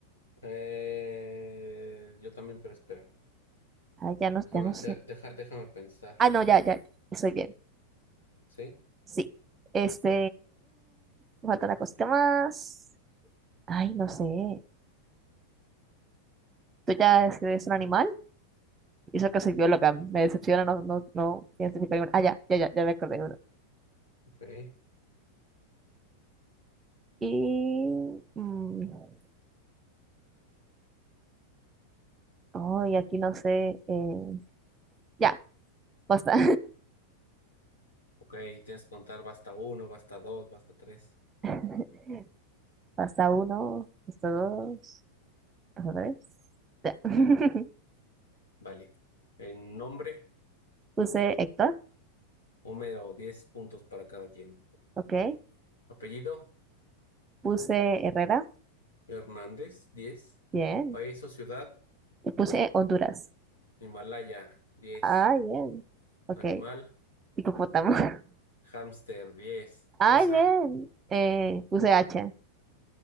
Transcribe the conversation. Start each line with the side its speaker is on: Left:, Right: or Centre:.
Left: Eh, yo también, pero espera.
Right: Ah, ya no,
Left: Déjame,
Right: ya no sé.
Left: de- deja- déjame pensar.
Right: Ah, no, ya, ya, estoy bien.
Left: ¿Sí?
Right: Sí. Este. me Falta una cosita más. Ay, no sé. ¿Tú ya escribes un animal? Y eso que soy bióloga. Me decepciona, no, no, no identifico ningún. Ah, ya, ya, ya, ya me acordé de uno.
Left: Ok.
Right: Y. mm, oh, y aquí no sé. eh, ya, basta.
Left: Ok, tienes que contar basta uno, basta dos, basta tres.
Right: <laughs> Basta uno, basta dos, basta tres. Ya. <laughs>
Left: Vale. En nombre,
Right: Puse Héctor,
Left: Homero, 10 puntos para cada quien.
Right: ok.
Left: Apellido,
Right: Puse Herrera,
Left: Hernández, diez
Right: bien.
Left: País o ciudad,
Right: Y puse Honduras.
Left: Himalaya, diez
Right: Ah, bien. Ok.
Left: Animal.
Right: Hipopótamo. <laughs>
Left: Hamster, diez
Right: Ay,
Left: Cosa.
Right: bien. Eh, puse hacha.